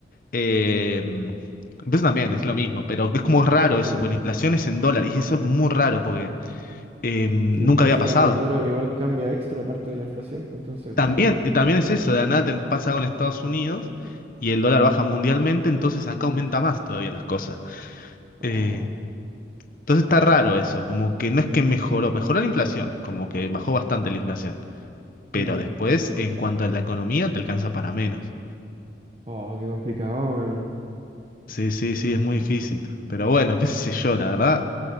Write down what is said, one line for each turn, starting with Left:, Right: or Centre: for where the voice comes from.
Left: eh, en pesos también es lo mismo, pero es como raro eso,
Right: sí, po.
Left: porque la inflación es en dólares, y eso es muy raro, porque eh, nunca
Right: Sí, po, porque
Left: había
Right: si
Left: pasado.
Right: cambia el dólar, igual cambia extra parte de la inflación, pues entonces
Left: También,
Right: más,
Left: también
Right: más cambios.
Left: es eso, de la nada te pasa con Estados Unidos y el dólar baja mundialmente, entonces acá aumenta más todavía las cosas.
Right: Oh,
Left: Eh, entonces está raro eso, como que no es que mejoró, mejoró la inflación, como que bajó bastante la inflación, pero
Right: mm.
Left: después en cuanto a la economía te alcanza para menos.
Right: Oh, qué complicado, weón.
Left: Sí, sí, sí, es muy difícil. Pero bueno, qué sé yo, la verdad,